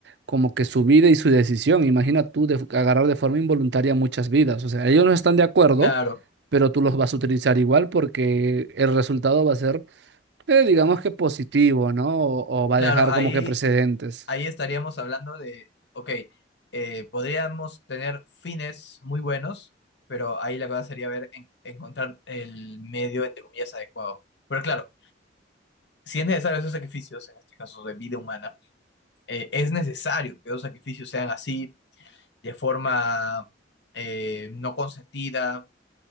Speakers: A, on the right; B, on the left.
A: como que su vida y su decisión. Imagina tú de- agarrar de forma involuntaria muchas vidas. O sea, ellos no están de acuerdo,
B: Claro,
A: pero tú los vas a utilizar igual porque el resultado va a ser Eh, digamos que positivo, ¿no? O, o va
B: claro,
A: a dejar
B: ahí,
A: como que precedentes.
B: ahí estaríamos hablando de, ok, eh, podríamos tener fines muy buenos, pero ahí la cosa sería ver, en- encontrar el medio, entre comillas, adecuado. Pero claro, si es necesario esos sacrificios, en este caso de vida humana, eh, es necesario que esos sacrificios sean así, de forma eh, no consentida